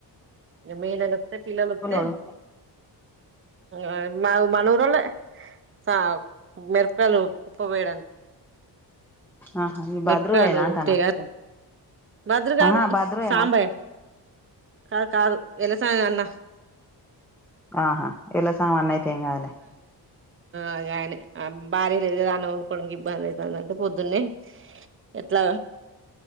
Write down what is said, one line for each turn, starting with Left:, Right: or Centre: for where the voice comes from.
Right: ఇంగ మే పిల్లలు వస్తే
Centre: లోడు
Right: ఆ మా మన ఊరోళ్లే సా మిరపయలు కుప్పవేయడానికి
Centre: ఆహా ఈ బద్రువేనా
Right: మిరపకాయలుంటాయి
Centre: అంటానా
Right: కదా భద్ర కాదు
Centre: ఆహా బద్రువేనా
Right: సాంబయ్య కాదు కాదు ఎల్ల సామన్న
Centre: ఆహా ఎల్ల సామాన్ అయితే ఏం కాదులే
Right: ఆగయనే భార్య లేదు కదా అన్నం వండుకోవడానికి ఇబ్బంది అయితాందంటే పొద్దున్నే ఎట్లా